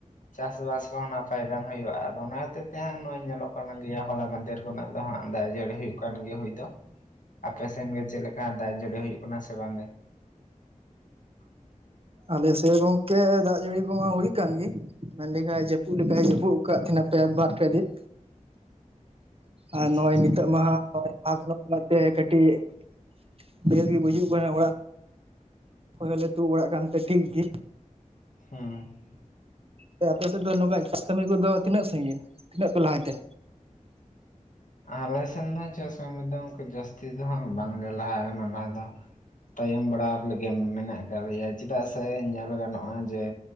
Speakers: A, on the left; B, on the right.
A: ᱪᱟᱥᱼᱵᱟᱥ ᱠᱚᱦᱚᱸ ᱱᱟᱯᱟᱭ ᱵᱟᱝ ᱦᱩᱭᱩᱜ-ᱟ᱾ ᱟᱫᱚ ᱚᱱᱟ ᱦᱚᱛᱮ ᱛᱮ ᱦᱟᱸᱜ ᱱᱚᱜ-ᱚᱭ ᱧᱮᱞᱚᱜ ᱠᱟᱱ ᱜᱮᱭᱟ ᱦᱚᱞᱟ ᱢᱟᱸᱫᱷᱮᱨ ᱠᱷᱚᱱᱟᱜ ᱫᱚ ᱦᱟᱸᱜ ᱫᱟᱜᱽ ᱡᱟᱹᱲᱤ ᱦᱩᱭᱩᱜ ᱠᱟᱱ ᱜᱮᱭᱟ ᱦᱩᱭ ᱫᱚ᱾ ᱟᱯᱮ ᱥᱮᱱ ᱜᱮ ᱪᱮᱜ ᱞᱮᱠᱟ ᱫᱟᱜᱽ ᱡᱟᱹᱲᱤ ᱦᱩᱭᱩᱜ ᱠᱟᱱᱟ ᱥᱮ ᱵᱟᱝ ᱜᱮ? <inaudible>
B: ᱟᱞᱮ ᱥᱮᱜ ᱜᱚᱝᱠᱮ ᱫᱟᱜᱽ ᱡᱟᱹᱲᱤ ᱠᱚᱢᱟ ᱦᱩᱭ ᱠᱟᱱ ᱜᱮ᱾ ᱢᱮᱱ ᱞᱮᱠᱷᱟᱭ ᱡᱟᱹᱯᱩᱜ ᱞᱮᱠᱟᱭ ᱡᱟᱹᱯᱩᱜ ᱟᱠᱟᱜ ᱛᱟᱦᱮᱸᱱᱟᱭ ᱯᱮ ᱵᱟᱨ ᱯᱮ ᱫᱤᱱ᱾
A: <inaudible>
B: ᱟᱨ ᱱᱚᱜ-ᱚᱭ
A: ᱟᱪᱪᱷᱟ
B: ᱱᱤᱛᱚᱜ ᱢᱟ ᱦᱚᱭ ᱯᱷᱟᱠ ᱧᱚᱜ <unintelligible> ᱚᱱᱟᱛᱮ ᱠᱟᱹᱴᱤᱜ ᱵᱮᱥ ᱜᱮ ᱵᱩᱡᱩᱜ ᱠᱟᱱᱟ ᱚᱲᱟᱜ ᱦᱳᱭ ᱟᱞᱮ ᱛᱩᱜ ᱵᱟᱲᱟᱜ ᱠᱟᱱ ᱛᱮ ᱴᱷᱤᱠ ᱜᱤ᱾
A: ᱦᱩᱸ,
B: ᱛᱮ ᱟᱯᱮᱥᱮᱜ ᱫᱚ ᱱᱚᱝᱠᱟ ᱪᱟᱥ ᱠᱟᱹᱢᱤ ᱠᱚᱫᱚ ᱛᱤᱱᱟᱹᱜ ᱥᱟᱺᱜᱤᱱ ᱛᱤᱱᱟᱹᱜ ᱯᱮ ᱞᱟᱦᱟᱭᱮᱱ ᱛᱮ?
A: ᱟᱞᱮᱥᱮᱱ ᱫᱚ ᱦᱟᱸᱜ ᱪᱟᱥ ᱠᱟᱹᱢᱤ ᱫᱚ ᱚᱱᱠᱟ ᱡᱟᱹᱥᱛᱤ ᱫᱚ ᱦᱟᱸᱜ ᱵᱟᱝ ᱞᱮ ᱞᱟᱦᱟ ᱟᱠᱟᱱᱟ ᱞᱟᱦᱟ ᱫᱚ᱾ ᱛᱟᱭᱚᱢ ᱵᱟᱲᱟ ᱞᱮᱜᱮ ᱢᱮᱱᱟᱜ ᱠᱟᱜ ᱞᱮᱭᱟ ᱪᱤᱫᱟᱜ ᱥᱮ ᱧᱮᱞ ᱜᱟᱱᱚᱜ-ᱟ ᱡᱮ,